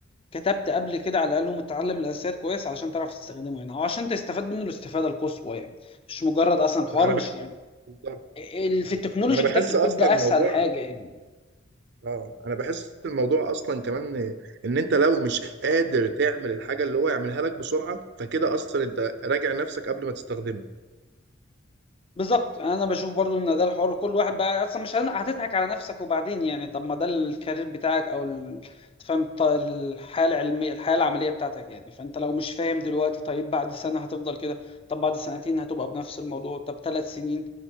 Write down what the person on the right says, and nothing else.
انا
بح...
بالظبط.
انا بحس
اصلا
الموضوع
اه انا بحس الموضوع اصلا كمان ان إن انت لو مش قادر تعمل الحاجه اللي هو يعملها لك بسرعه فكده اصلا انت راجع نفسك قبل ما تستخدمه